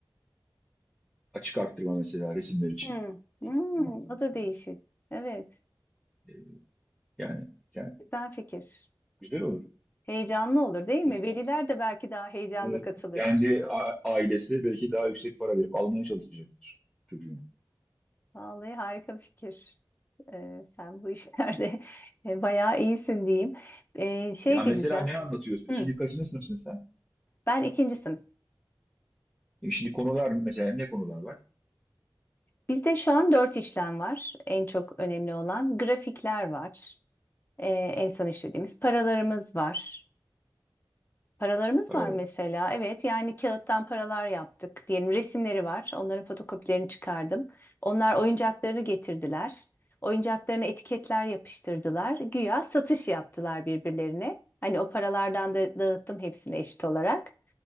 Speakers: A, in the centre; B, on the left.
A: açık arttırma mesela resimler için.
B: Hmm. Hmm.
A: Çocukların yaptığı resimler
B: O da değişik.
A: için.
B: Evet,
A: E, yani, yani
B: güzel fikir.
A: güzel olur.
B: Heyecanlı olur değil mi?
A: Mesela
B: Veliler de belki daha heyecanla
A: e,
B: katılır.
A: kendi a- ailesi belki daha yüksek para verip almaya çalışacaktır çocuğun.
B: Vallahi harika bir fikir. Ee, sen bu işlerde <laughs> e, bayağı iyisin diyeyim. Ee, şey
A: Ya
B: de
A: mesela
B: güzel.
A: ne anlatıyorsun? Şimdi
B: Hı,
A: kaçınız mısın sen?
B: ben ikinci sınıf.
A: E, şimdi konular mesela ne konular var?
B: Bizde şu an dört işlem var. En çok önemli olan grafikler var. Ee, en son işlediğimiz paralarımız var. Paralarımız
A: Paralar.
B: var mesela. Evet yani kağıttan paralar yaptık. Diyelim resimleri var. Onların fotokopilerini çıkardım. Onlar oyuncaklarını getirdiler. Oyuncaklarına etiketler yapıştırdılar. Güya satış yaptılar birbirlerine. Hani o paralardan da dağıttım hepsini eşit olarak.